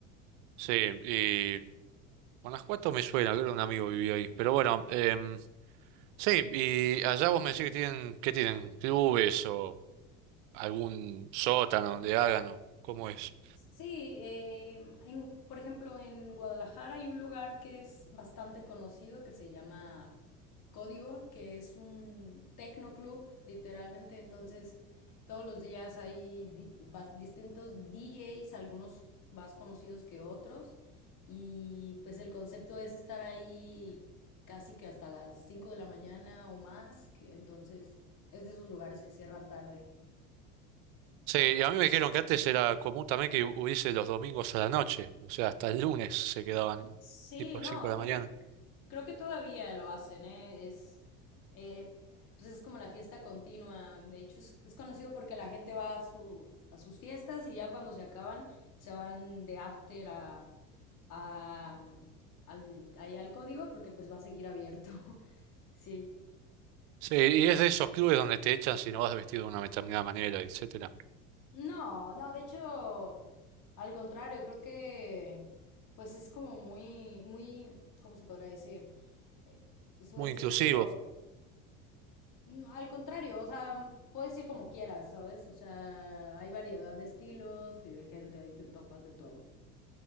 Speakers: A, on the right (about 65°); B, on the left (about 50°).
A: Sí, y Guanajuato me suena, creo que un amigo vivía ahí, pero bueno, em, Sí,
B: Mm.
A: y allá vos me decís que tienen, que tienen clubes o algún sótano donde hagan o cómo es.
B: Sí, eh, en- por ejemplo, en Guadalajara hay un lugar que es bastante conocido que se llama Código, que es un tecnoclub, literalmente. Entonces, todos los días hay di- va- distintos DJs, algunos más conocidos que otros. Y pues el concepto es estar ahí casi que hasta las 5 de la mañana o más, que entonces es de esos lugares que cierran tarde.
A: Sí, y a mí me dijeron que antes era común también que hubiese los domingos a la noche, o sea, hasta el lunes se quedaban
B: Sí,
A: tipo
B: no,
A: 5 de la
B: creo
A: mañana.
B: que creo que todavía lo hacen, ¿eh? Es eh, pues es como la fiesta continua. De hecho, es, es conocido porque la gente va a sus, a sus fiestas y ya cuando se acaban, se van de after a, a, al, ahí al código porque pues va a seguir abierto. <laughs> Sí.
A: Sí, y es de esos clubes donde te echan si no vas vestido de una determinada manera, etcétera.
B: No, no, de hecho, al contrario, creo que pues es como muy, muy, ¿cómo se podrá decir? Eh, Su
A: Muy
B: estilo
A: inclusivo.
B: es como... No, Al contrario, o sea, puedes ir como quieras, ¿sabes? O sea, hay variedad de estilos y de gente, ahí te topas de todo.